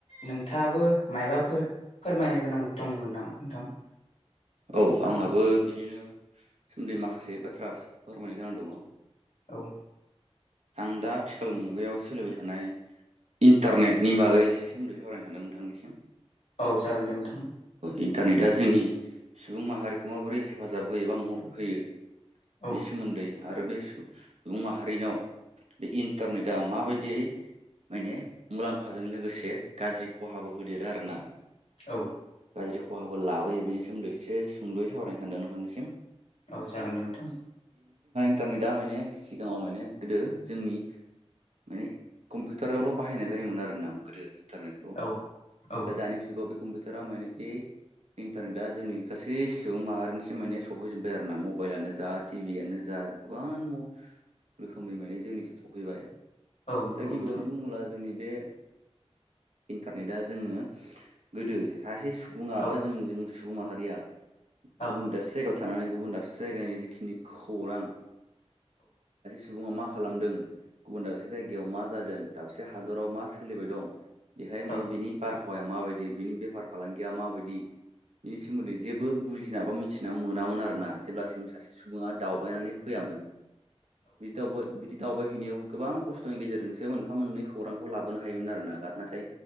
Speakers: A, on the left (about 85°); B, on the right (about 85°).
A: नोंथाङाबो मायबाफोर फोरमायनो गोनां दंमोन नामा नोंथां?
B: औ आंहाबो बिदिनो सोमोन्दै माखासे बाथ्रा फोरमायनो गोनां दङ
A: औ
B: आं दा आथिखाल मुगायाव सोलिबाय थानाय इन्टारनेटनि बागै एसे सोमोन्दै सावरायनो सानदों नोंथांनिसिम
A: औ जागोन दे नोंथां
B: इन्टारनेटा जोंनि सुबुं माहारिखौ माबोरै हेफाजाब होयो एबा मदद होयो
A: औ
B: नि सोमोन्दै आरो बे सुबुं माहारिनाव बे इन्टारनेटआ माबायदियै माने मुलाम्फाजों लोगोसे गाज्रि खहाबो होदेरो आरो ना
A: औ
B: गाज्रि खहाफोर लाबोयो बेनि सोमोन्दै एसे सुंद'यै सावरायनो सानदों नोंथांनिसिम
A: औ जागोन दे नोंथां
B: इन्टारनेटा माने सिगाङाव माने गोदो जोंनि माने कम्पिउटारावल' बाहायनाय जायोमोन आर ना गोदोहाय इन्टारनेटखौ
A: औ औ
B: दा दानि जुगाव बे कम्पिउटारा माने बे इन्टारनेटआ जोंनि गासै सुबुं माहारिनिसिम माने सफैजोबबाय आरो ना मबाइलानो जा टिभियानो जा गोबां महर रोखोमनि माने जोंनिसिम सफैबाय
A: औ नंगौ
B: दा गिबियावनो
A: नोंथां
B: बुङोब्ला जोंनि बे इन्टारनेटआ जोङो गोदो सासे सुबुं सुबुङा
A: औ
B: बा जों जों सुबुं माहारिया
A: औ
B: गुबुन दाबसे जायगायाव थानानै गुबुन दाबसे जायगानि जिखिनि खौरां सुबुङा मा खालामदों, गुबुन दाबसे जायगायाव मा जादों, दाबसे हादराव मा सोलिबाय दं बेहाय माने
A: औ
B: बिनि बारहावाया माबायदि, बिनि बेफार फालांगिया माबायदि बिनि सोमोन्दै जेबो बुजिना बा मिथिना मोनामोन आरोना जेब्लासिम सासे सुबुङा दावबायनानै फैयामोन। बिदि दावबाय बिदि दावबायहैनायाव गोबां खस स्थ'नि गेजेरजोंसो मोनफा मोननै खौरांखौ लाबोनो हायोमोन आरो ना नाथाय